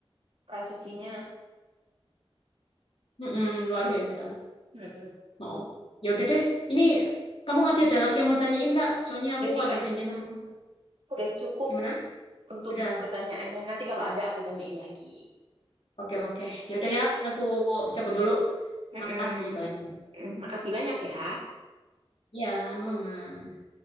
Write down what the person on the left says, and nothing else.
Mm-mm, luar
biasa.
Oh. Ya udah deh. Ini kamu masih ada lagi yang mau tanyain nggak? Soalnya aku
ada
janjian sama teman.
Gimana?
Sudah.
Oke, oke. Ya udah ya, aku cabut dulu.
Makasih banyak.
Ya, Mama.